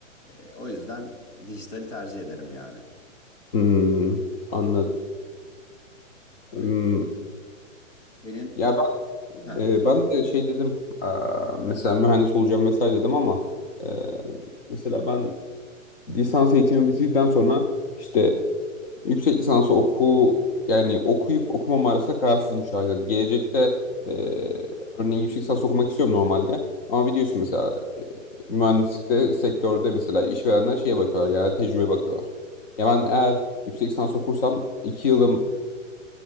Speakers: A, on the left; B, on the left.
A: E, o yüzden dijitali tercih ederim yani.
B: hmm, anladım.
A: Öyle.
B: Hmm,
A: Senin
B: ya
A: Heh.
B: Ee, ben de şey dedim, aa, mesela mühendis olacağım vesaire dedim ama e, mesela ben lisans eğitimi bitirdikten sonra işte yüksek lisansı oku yani okuyup okumam arasında kararsızım şu an. Yani gelecekte e, örneğin yüksek lisans okumak istiyorum normalde ama biliyorsun mesela e, mühendislikte sektörde mesela işverenler şeye bakıyorlar yani tecrübe bakıyorlar. Ya ben eğer yüksek lisans okursam iki yılım